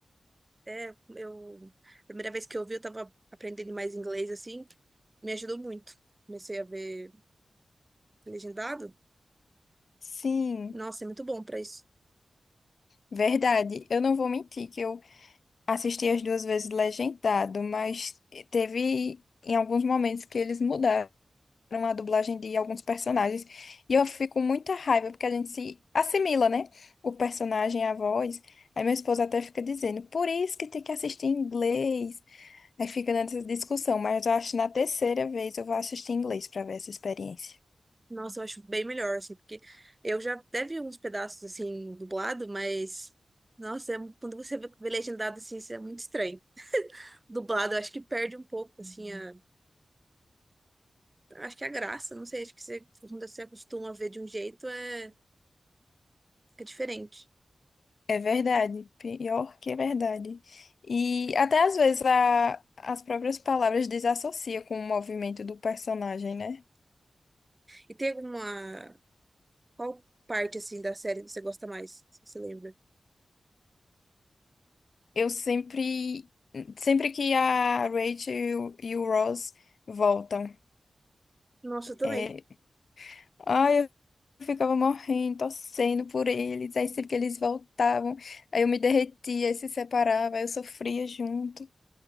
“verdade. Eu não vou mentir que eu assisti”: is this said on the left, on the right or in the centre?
Left